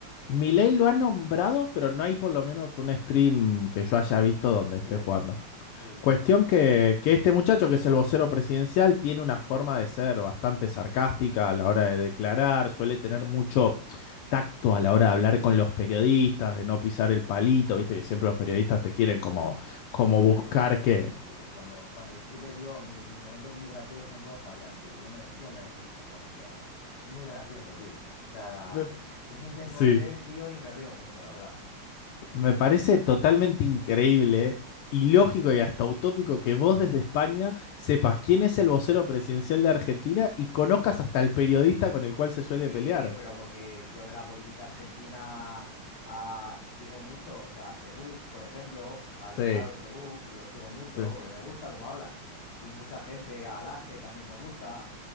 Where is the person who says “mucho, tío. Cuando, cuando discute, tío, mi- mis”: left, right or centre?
Left